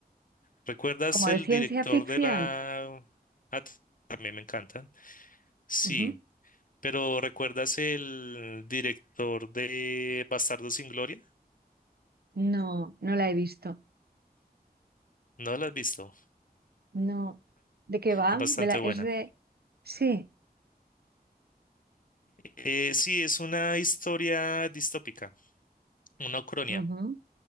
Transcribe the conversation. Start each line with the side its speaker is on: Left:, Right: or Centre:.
Left: ¿Recuerdas
Right: como
Left: el
Right: de ciencia
Left: director
Right: ficción.
Left: de la... Ah, t- también me encantan. Sí,
Right: Ujú.
Left: pero ¿recuerdas el director de Bastardo sin Gloria?
Right: No, no la he visto.
Left: No la has visto.
Right: No. ¿De qué va?
Left: Es
Right: Me
Left: bastante
Right: la- es
Left: buena.
Right: de... Sí.
Left: Eh, sí, es una historia distópica, una ucronia,
Right: Ujú,